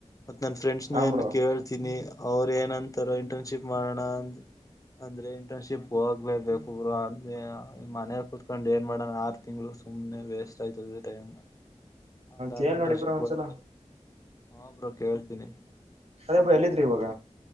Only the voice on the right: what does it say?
ಹಾ
ಬ್ರೋ
ಕೇಳ್
ನೋಡಿ ಬ್ರೋ ಒಂದ್ಸಲ
ಅದೇ ಬ ಎಲ್ಲಿದ್ರಿ ಇವಾಗ